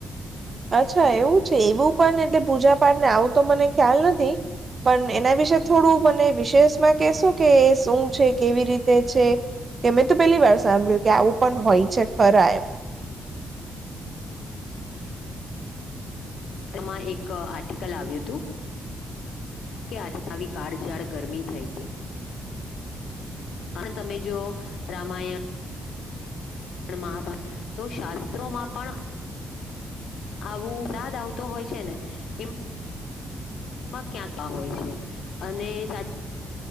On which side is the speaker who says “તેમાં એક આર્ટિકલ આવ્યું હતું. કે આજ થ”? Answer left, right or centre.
Left